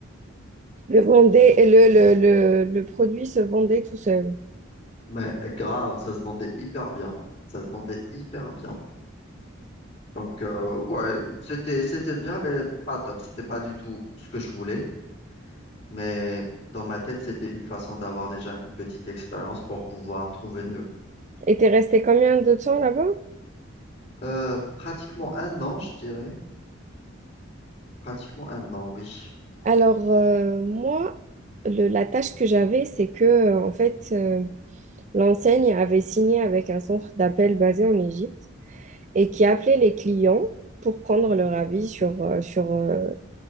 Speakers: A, on the right; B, on the left.
A: Le, vendait- le, le, le, le produit se vendait tout seul.
B: Mais grave, ça se vendait hyper bien. Ça se vendait hyper bien. Donc, euh, ouais, c'était, c'était bien, mais pas top. C'était pas du tout ce que je voulais. Mais dans ma tête, c'était une façon d'avoir déjà une petite expérience pour pouvoir trouver mieux.
A: Et t'es resté combien de temps là-bas?
B: Euh, pratiquement un an, je dirais. Pratiquement un an, oui.
A: Alors, euh, moi, le- la tâche que j'avais, c'est que, euh, en fait, euh, L'enseigne avait signé avec un centre d'appel basé en Égypte et qui appelait les clients pour prendre leur avis sur, euh, sur, euh,